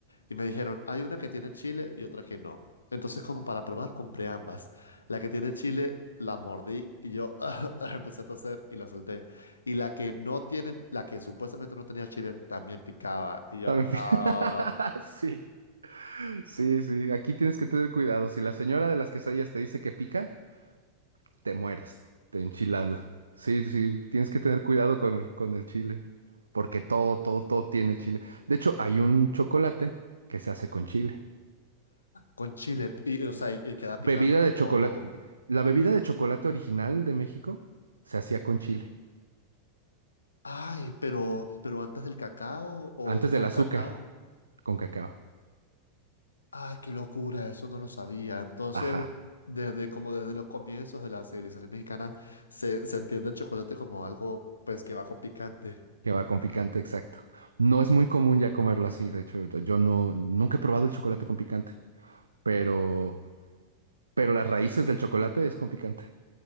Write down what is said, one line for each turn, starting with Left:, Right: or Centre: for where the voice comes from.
Left: Y me dijeron, hay una que tiene chile y otra que no. Entonces, como para probar, compré ambas. La que tiene chile, la mordí y yo <laughs> empecé a toser y la solté. Y la que no tiene, la que supuestamente no tenía chile, también picaba. Y yo,
Right: También.
Left: "No".
Right: <laughs> Sí, sí, sí. Aquí tienes que tener cuidado. Si la señora de las quesadillas te dice que pica, te mueres, te enchilando. Sí, sí, tienes que tener cuidado con, con el chile. Porque todo, todo, todo tiene chile. De hecho, hay un chocolate que se hace con chile.
Left: con chile, y, o sea, y, y queda
Right: Bebida
Left: picante
Right: de chocolate.
Left: o...
Right: La bebida de chocolate original de México se hacía con chile.
Left: Ay, pero, pero antes del cacao o
Right: Antes
Left: con
Right: del azúcar,
Left: cacao.
Right: con cacao.
Left: Ah, qué locura, eso no lo sabía. Entonces,
Right: Ajá.
Left: desde como desde los comienzos de la civilización mexicana, se, se entiende el chocolate como algo pues que va con picante.
Right: Que va con picante, exacto. No es muy común ya comerlo así, de hecho, yo no, nunca he probado el chocolate con picante, pero, pero las raíces del chocolate es con picante.